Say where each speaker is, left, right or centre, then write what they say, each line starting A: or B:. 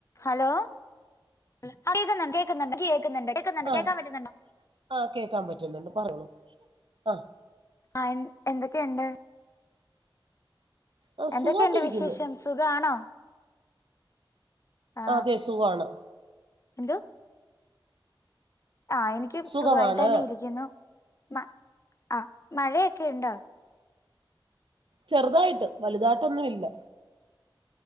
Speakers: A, on the left; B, on the right.
A: Hello കേക്കുന്നുണ്ട് കേക്കുന്നുണ്ട് ഇൻകേക്കുന്നുണ്ട് കേക്കുന്നുണ്ട്
B: ആഹ്
A: കേൾക്കാൻ പറ്റുന്നുണ്ടോ?
B: ആഹ് കേക്കാൻ പറ്റുന്നുണ്ട് പറഞൊളു ആഹ്
A: ആഹ് എൻ എന്തൊക്കെയുണ്ട്?
B: ആഹ്
A: എന്തൊക്കെയുണ്ട്
B: സുഖായിട്ടിരിക്കുന്നു
A: വിശേഷം സുഖാണോ? ആ
B: അതെ സുഖാണ്
A: എന്തോ ആഹ് എനിക്കും
B: സുഖമാണ്
A: സുഖമായിട്ടന്നെ ഇരിക്കുന്നു മ ആ മഴയൊക്കെ ഇണ്ടോ
B: ചെർതായിട്ട് വലുതാട്ടൊന്നും ഇല്ല